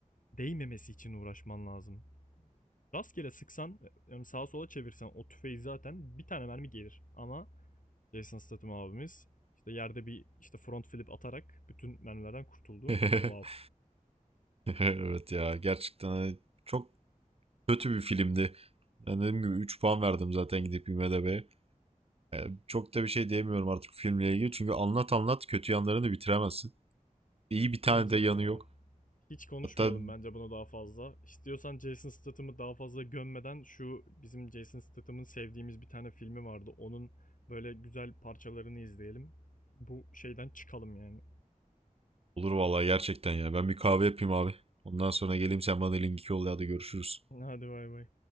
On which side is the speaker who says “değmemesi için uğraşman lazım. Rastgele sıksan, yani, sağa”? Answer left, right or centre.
Left